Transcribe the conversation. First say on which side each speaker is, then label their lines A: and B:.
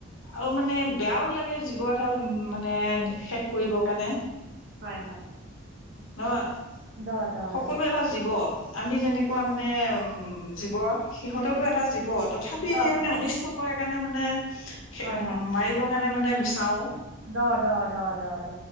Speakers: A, on the left; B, on the right.
A: আও মানে বেয়াও লাগে জীৱ এটা মানে শেষ কৰিবৰ কাৰণে
B: হয় হয়
A: নহয়
B: দহ দহ
A: সকলোৱে এটা জীৱ আমি যেনেক কোৱা মানে জীৱ সিহঁতেওতো এটা জীৱ তথাপিও
B: দ
A: এতিয়া মানে
B: দ
A: অনিষ্ অনিষ্ট কৰে কাৰণে মানে উম
B: হয়
A: মাৰিবৰ কাৰণে মানে বিচাৰো
B: ড ড ড ড ড